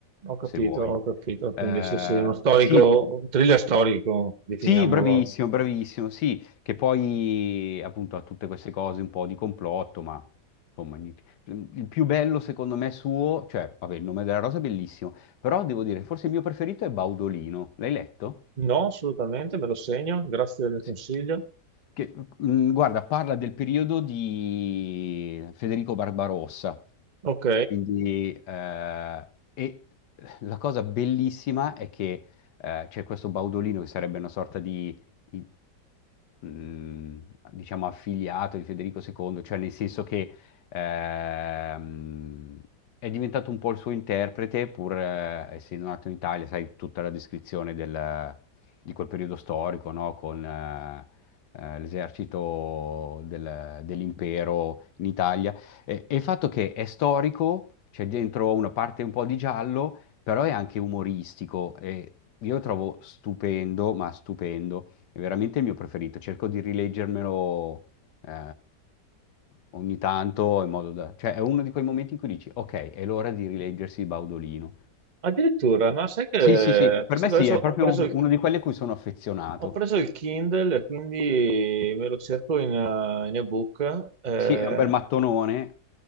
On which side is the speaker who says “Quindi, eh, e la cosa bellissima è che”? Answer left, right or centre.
Left